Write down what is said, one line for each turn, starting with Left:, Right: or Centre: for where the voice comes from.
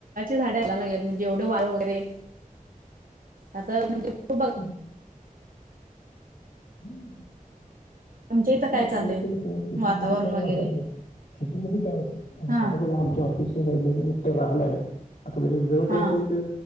Right: झाड यायला लागलेत म्हणजे एवढं वारं वगैरे आता म्हणजे खूप बघ
Left: ह हम्म
Right: आमच्या
Left: आता
Right: इथं काय
Left: आपल्या
Right: चाललंय
Left: इथे शेतीमध्ये
Right: वातावरण
Left: काही
Right: वगैरे
Left: वाटत नाही सिटी म
Right: हा
Left: आता ब आमच्या ऑफिस र राहलाय असं म्हणजे जवळपास
Right: हा
Left: एक